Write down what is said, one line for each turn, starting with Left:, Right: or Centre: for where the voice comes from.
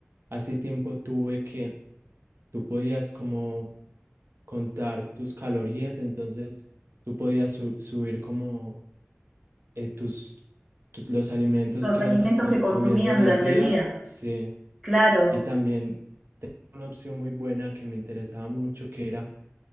Right: hace tiempo tuve que tú podías como contar tus calorías, entonces tú podías su- subir como eh, tus, tu- los alimentos
Centre: Los
Right: que
Centre: alimentos
Right: ibas a co-
Centre: que consumías
Right: comiendo en
Centre: durante
Right: el día,
Centre: el día,
Right: sí,
Centre: claro,
Right: y también una opción muy buena que me interesaba mucho, que era